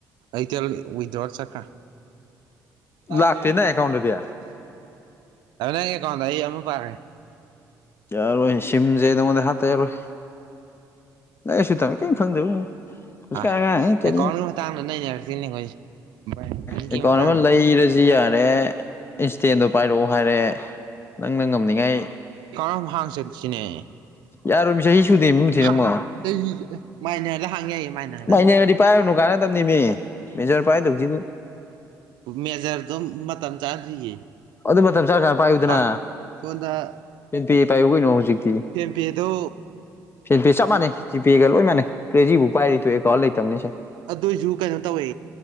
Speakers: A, on the right; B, on the left.
A: ꯑꯇꯦꯜ ꯋꯤꯗ꯭ꯔꯣꯔ ꯆꯠꯈꯥ ꯂꯥꯛ
B: ꯂꯥꯛꯇꯦꯅ ꯑꯦꯀꯥꯎꯟꯗꯗꯤ
A: ꯑꯗꯨꯃꯤꯅ ꯀꯦ ꯀꯗ ꯑꯩ ꯌꯥꯝꯃ ꯄꯥꯔꯒꯦ
B: ꯌꯥꯔꯣꯏ ꯁꯤꯝꯁꯦ ꯅꯪꯉꯣꯟꯗ ꯍꯥꯇ ꯌꯥꯔꯣꯏ ꯂꯩꯁꯨ ꯇꯝꯃꯦ ꯀꯩꯝ ꯈꯪꯗꯦꯕ
A: ꯑ
B: ꯀ ꯑꯉ
A: ꯑꯦꯀꯥꯎꯟꯒꯤ ꯃꯇꯥꯡꯗ ꯅꯩꯅꯔꯛꯇꯣꯏꯅꯦ ꯑꯩꯈꯣꯏꯁꯦ ꯕꯦꯡꯀꯤꯡꯒꯤ
B: ꯀ ꯀꯅꯕ
A: ꯃꯇꯥꯡꯗ
B: ꯂꯩ ꯔꯖꯤꯌꯥ ꯍꯥꯏꯔꯦ ꯏꯟꯁꯇꯦꯟꯗꯣ ꯄꯥꯏꯔꯛꯑꯣ ꯍꯥꯏꯔꯦ ꯅꯪꯅ ꯉꯝꯅꯤꯉꯥꯏ
A: ꯌꯥꯝ ꯍꯥꯡ ꯆꯠꯁꯤꯅꯦ
B: ꯌꯥꯔꯣꯏꯃꯤ ꯆꯍꯤ ꯁꯨꯗꯦꯃꯤ ꯃꯨꯊꯤ
A: ꯆꯍꯤ
B: ꯅꯪꯕꯣ
A: ꯃꯥꯏꯅꯂ ꯍꯥꯡ ꯌꯥꯏꯌꯦ ꯃꯥꯏꯅ
B: ꯃꯥꯏꯅꯦꯔꯗꯤ ꯄꯥꯏꯔꯨꯅꯨ ꯀꯥꯟꯅꯗꯕꯅꯤꯃꯤ ꯃꯦꯖꯔ ꯄꯥꯏꯗꯧꯁꯤ
A: ꯃꯦꯖꯔꯗꯨꯝ ꯃꯇꯝ ꯆꯥꯗ꯭ꯔꯤꯌꯦ
B: ꯑꯗꯨ ꯃꯇꯝ ꯆꯔ ꯀꯥꯟꯅ ꯄꯥꯏꯌꯨꯗꯅ
A: ꯑ <unintelligible>
B: ꯐꯦꯟ ꯄꯦ ꯄꯥꯏꯌꯨ ꯀꯅꯣ ꯍꯧꯖꯤꯛꯇꯤ
A: ꯐꯦꯝꯄꯦꯗꯣ
B: ꯐꯦꯟ ꯄꯦ ꯆꯞ ꯃꯥꯟꯅꯩ ꯖꯤꯄꯦꯒ ꯂꯣꯏ ꯃꯥꯟꯅꯩ ꯀ꯭ꯔꯦꯖꯤꯕꯨ ꯄꯥꯏꯔꯤ ꯇꯨ ꯑꯦ ꯀꯥꯎꯟ ꯂꯩꯇꯝꯅꯤ ꯑꯁꯦ
A: ꯑꯗꯨꯏꯁꯨ ꯀꯩꯅꯣ ꯇꯧꯋꯦ